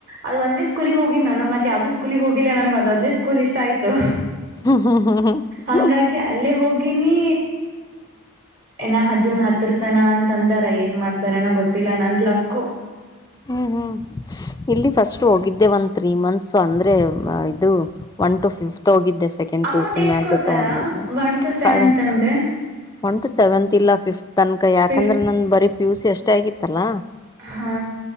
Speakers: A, on the right; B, on the left.
A: ಅದು ಒಂದೇ ಸ್ಕೂಲಿಗೆ ಹೋಗಿನಿ ನಾನು ಮತ್ತ ಯಾವ್ದದ ಸ್ಲಿ ಹೋಗಿಲ್ಲನಗೆ ಅದೇ ಸ್ ಇಷ್ಟ ಆಯ್ತು
B: ಹ್ಮ್ ಹಾ ಹಾ
A: ಹಂಗಾಗಿ
B: ಹಾ
A: ಅಲ್ಲೇ ಹೋಗಿನಿ ಏನ ಹಜೂನ್ ಹತ್ರರತನ ಅಂತ ತಂದಾರ ಏನ್ ಮಾಡ್ತಾರ ಏನೋ ಗೊತ್ತಿಲ್ಲ ನಂದ್ ಲಕ್ಕ
B: ಹ್ಮ್ ಹ್ಮ್ ಇಲ್ಲಿ ಫಸ್ಟ್ ಹೋಗಿದ್ದೆ ಒಂದ ತ್ರೀ ಮಂತ್ಸ್ ಅಂದ್ರೆ ಇದು ಒನ್ ಟು ಫಿಫತ್ ಹೋಗಿದ್ದೆ ಸೆಕೆಂಡ್
A: ಅಮೌಂಟ್
B: ಪಿುಸಿ
A: ಎಷ್ಟು
B: ಮ್ಯಾಗ
A: ಕೊಡ್ತಾರಾ
B: ತಗೊಂಡಿದ್ನ
A: ಒನ್ ಟು ಸೆವೆಂತ್
B: ಕಳ
A: ಅಂದ್ರೆ
B: ಒನ್ ಟು ಸೆವೆಂತ್ ಇಲ್ಲ ಫಿಫ್ತ್ ತನಕ ಯಾಕಂದ್ರೆ
A: ಫಿಫ್
B: ನಂದ ಬರೀ ಪಿ ಯು ಸಿ ಅಷ್ಟೇ ಆಗಿತ್ತಲ್ಲಾ
A: ಹಾ